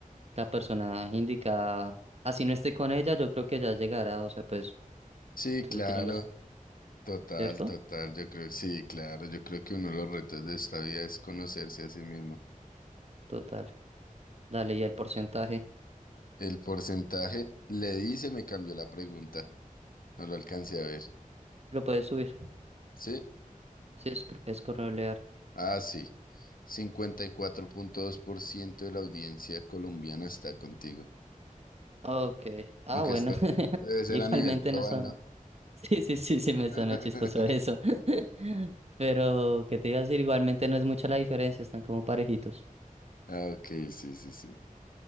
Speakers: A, on the right; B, on the left.
A: la persona indicada, así no esté con ella, yo creo que ya llegará. O sea, pues,
B: Sí,
A: entonces
B: claro.
A: que yo me sé,
B: Total,
A: ¿cierto?
B: total, yo creo que sí, claro, yo creo que uno de los retos de esta vida es conocerse a sí mismo.
A: Total. Dale, y el porcentaje
B: El porcentaje, le di, se me cambió la pregunta, no lo alcancé a ver.
A: lo puedes subir.
B: ¿Sí?
A: Sí, es, cr- es correlear.
B: Ah, sí. Cincuenta y cuatro punto dos por ciento de la audiencia colombiana está contigo.
A: Ok. Ah,
B: Aunque
A: bueno.
B: esto
A: <laughs>
B: debe ser
A: Igualmente
B: a nivel global,
A: no son.
B: ¿no?
A: <laughs> Sí, sí, sí, sí,
B: <laughs>
A: me suena chistoso eso. <laughs> Pero, ¿qué te iba a decir? Igualmente no es mucha la diferencia, están como parejitos.
B: Ah, ok, sí, sí, sí.